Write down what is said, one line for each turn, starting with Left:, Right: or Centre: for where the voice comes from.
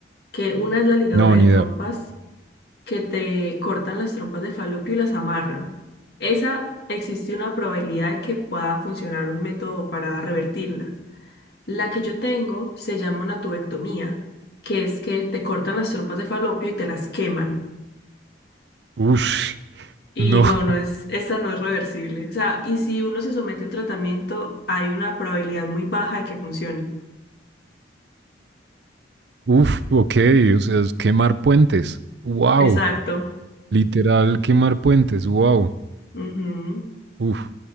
Left: que una es la ligadura
Right: No,
Left: de
Right: ni
Left: trompas
Right: idea.
Left: que te cortan las trompas de falopio y las amarran. Esa existe una probabilidad de que pueda funcionar un método para revertirla. La que yo tengo se llama una tubectomía, que es que te cortan las trompas de falopio y te las queman.
Right: Ush,
Left: Y
Right: no.
Left: no, no
Right: <laughs>
Left: es, esta no es reversible. O sea, y si uno se somete a un tratamiento, hay una probabilidad muy baja de que funcione.
Right: Uf, ok, o sea, es quemar puentes. Wow,
Left: Exacto.
Right: literal quemar puentes. Wow,
Left: Ujú.
Right: uf.